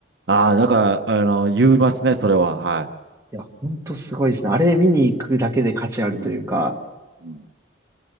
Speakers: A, on the right (about 65°); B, on the right (about 15°).
A: ああ、だから、あの、言いますね、それは。はい。
B: いや、ほんとすごいですね。あれ見に行くだけで価値あるというか、
A: うん。うん